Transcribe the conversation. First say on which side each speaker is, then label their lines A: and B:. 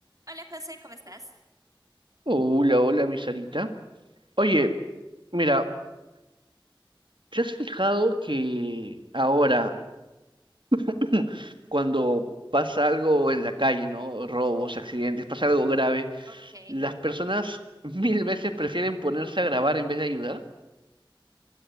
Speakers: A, on the right; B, on the right.
A: Hola José, ¿cómo estás?
B: Hola, hola, mi Sarita. Oye, mira, ¿te has fijado que ahora, <clears throat> cuando pasa algo en la calle, ¿no? Robos, accidentes, pasa algo grave,
A: Ok,
B: las personas <laughs> mil veces prefieren ponerse a grabar en vez de ayudar?